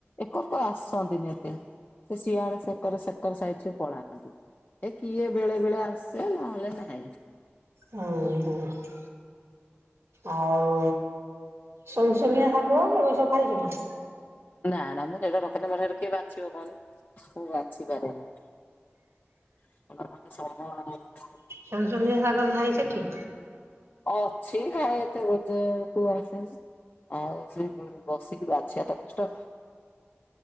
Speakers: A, on the left; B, on the right.
A: ଏକରକୁ ଆସନ୍ତିନି ଏତେ, ସେ ସିଆଡେ ସେକର ସେକର ସାଇଡରେ ପଳାନ୍ତି। ଏ କିଏ ବେଳେବେଳେ ଆସେ ନହେଲେ ନାହିଁ।
B: ହଁ ହଁ। ଆଉ ଶୁନଶୁନିଆ ଶାଗ ଏ ସବୁ ପାଇଛୁ ନା।
A: ନା ନା ମୁଁ ସେଇଟା ରଖନେ ମୋର କିଏ ବାଛିବ କହନି, ମୁଁ ବାଛି ପାରେନି। ମୋତେ ସମୟ ନାଇଁ।
B: ସୁନସୁନିଆ ଶାଗ ନାହିଁ ସେଠି।
A: ଅଛିି କାଇଁ ଏତେ ବଜାରକୁ ଆସେନି। ଆଉ ସେ ବସିକି ବାଛିବା ତ କଷ୍ଟ